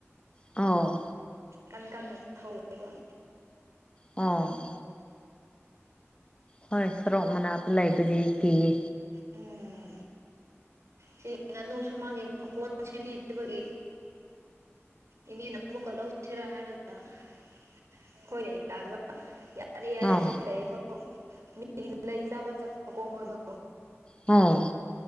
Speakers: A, on the left; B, on the right.
A: ꯑꯥꯎ
B: ꯀꯟ ꯀꯟꯅ ꯊꯧꯋꯦꯕ
A: ꯑꯣ ꯍꯣꯏ ꯁꯔꯣꯛ ꯃꯅꯥꯛꯇ ꯂꯩꯗꯨꯗꯤ ꯀꯤꯌꯦ
B: ꯎꯝ ꯁꯤ ꯉꯥꯅꯨꯁꯨ ꯃꯥꯒꯤ ꯃꯀꯣꯟ ꯁꯦꯝꯕꯤꯗꯕꯒꯤ ꯏꯅꯦꯅ ꯄꯨꯀ ꯂꯧꯁꯤꯔ ꯍꯥꯔꯒ <unintelligible> ꯌꯥꯔꯦ ꯌꯥꯔꯦ
A: ꯑꯧ
B: ꯁꯤ ꯂꯩꯌꯦ ꯃꯤꯒꯤ ꯂꯩ ꯆꯥꯕ ꯆꯠꯄꯀꯣ ꯃꯣꯏꯗꯣ
A: ꯑꯣ